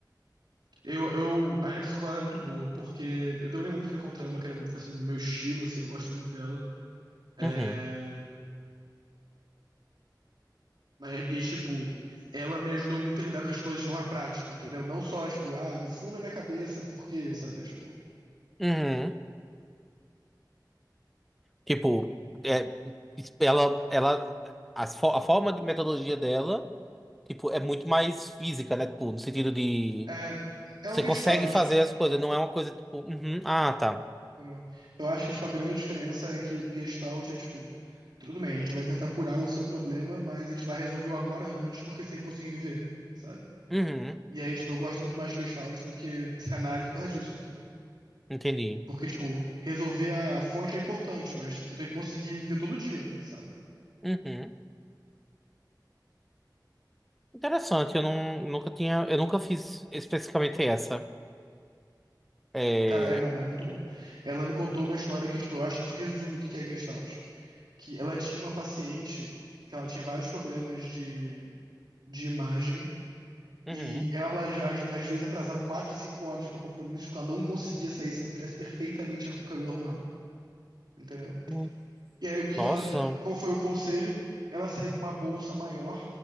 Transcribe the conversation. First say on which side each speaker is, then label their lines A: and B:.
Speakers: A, on the right; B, in the centre.
A: Eu, eu, a minha psicóloga era muito boa, porque eu demorei muito pra encontrar uma que era, fosse meu estilo, assim, eu gosto muito dela. É,
B: Uhum,
A: Mas, e, tipo, ela me ajudou muito a lidar com as coisas de forma prática, entendeu? Não só, tipo, ah, no fundo da minha cabeça, por quê, sabe? Tipo,
B: uhum. Tipo, é, ela, ela, as fo- a forma de metodologia dela, tipo, é muito mais física, né? Tipo, no sentido de
A: é, é
B: você
A: o Gestalt,
B: consegue fazer as coisas, não é uma coisa tipo, uhum, ah, tá,
A: entendeu? Eu acho que, tipo, a grande diferença é que Gestalt é, tipo, tudo bem, a gente vai tentar curar o seu problema, mas a gente vai resolver o agora antes, porque sem conseguir viver, sabe?
B: uhum,
A: E aí, tipo, eu gosto muito mais de Gestalt do que psicanálise por causa disso, entendeu?
B: entendi,
A: Porque, tipo, resolver a fonte é importante, mas eu tenho que conseguir viver todo dia, sabe?
B: uhum. Interessante, eu não, nunca tinha, eu nunca fiz especificamente essa. É,
A: Cara, é bom, é muito bom. Ela me contou uma história que, tipo, eu acho que isso resume o que que é Gestalt. Que ela tinha uma paciente que ela tinha vários problemas de, de imagem
B: uhum.
A: e ela, já- às, às vezes, atrasava quatro, cinco horas pra compromisso porque ela não conseguia sair se ela não tivesse perfeitamente com o cabelo arrumado, entendeu?
B: Hum,
A: E aí, o que
B: Nossa,
A: que ela, que- qual foi o conselho? Ela sair com uma bolsa maior